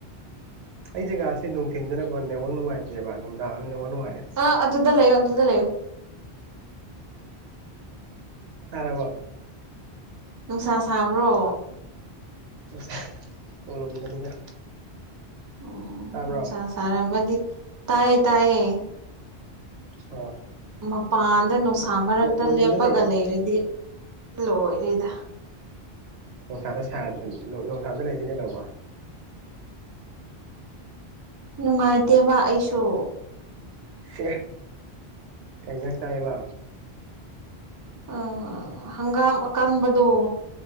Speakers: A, on the right; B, on the right.
A: ꯑꯩ ꯖꯒꯥꯁꯤ ꯅꯨꯡꯊꯤꯟꯗꯅꯀꯣ ꯅꯕꯧ ꯅꯨꯡꯉꯥꯏꯇꯦꯕ ꯅꯨꯡꯗꯥꯡ ꯅ ꯅꯨꯡꯉꯥꯏ
B: ꯑ ꯑꯗꯨꯗ ꯂꯩꯣ ꯑꯗꯨꯗ ꯂꯩꯣ
A: ꯇꯥꯔꯔꯕꯣ
B: ꯅꯨꯡꯁꯥ ꯁꯥꯕ꯭ꯔꯣ
A: ꯥꯏ ꯎꯔꯨꯝꯗꯅꯤꯗ
B: ꯎꯝ
A: ꯇꯥꯔꯕꯣ
B: ꯅꯨꯡꯁꯥ ꯁꯥꯔꯝꯃꯗꯤ ꯇꯥꯏꯌꯦ ꯇꯥꯏꯌꯦ
A: ꯑꯣ
B: ꯃꯄꯥꯟꯗ ꯅꯨꯡꯁꯥ ꯃꯔꯛꯇ
A: ꯎꯔꯨꯝꯗ
B: ꯂꯦꯞꯄꯒ
A: ꯂꯩꯗ
B: ꯂꯩꯔꯗꯤ ꯂꯣꯏꯔꯦꯗ
A: ꯅꯣꯡꯁꯥꯗ ꯅꯣꯡꯁꯥꯗ ꯂꯩꯗꯤ ꯀꯩꯗꯧꯕ
B: ꯅꯨꯡꯉꯥꯏꯇꯦꯕ ꯑꯩꯁꯨ
A: ꯁꯦ ꯀꯩ ꯌꯥꯝ ꯆꯥꯏꯌꯦꯕ
B: ꯑ ꯍꯒꯥꯥꯡ ꯑꯀꯪꯝꯕꯗꯨ